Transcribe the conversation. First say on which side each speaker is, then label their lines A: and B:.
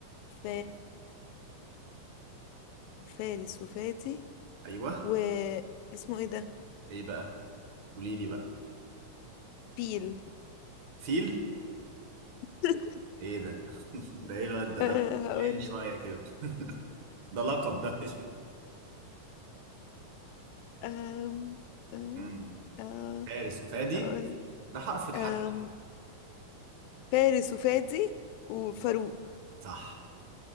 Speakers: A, on the left; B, on the right.
A: ف... فارس وفادي
B: ايوه
A: و اسمه ايه ده
B: ايه بقى قولي لي بقى
A: فيل
B: فيل
A: <laughs>
B: ايه ده <laughs> ده ايه الواد ده
A: أه
B: ده
A: هقول
B: حاليا شويه
A: لك
B: كده ده لقب ده مش
A: أم... أي-
B: مم.
A: أه...
B: فارس وفادي
A: أقول-
B: ده حرفك
A: أم...
B: حتى
A: فارس وفادي وفاروق
B: صح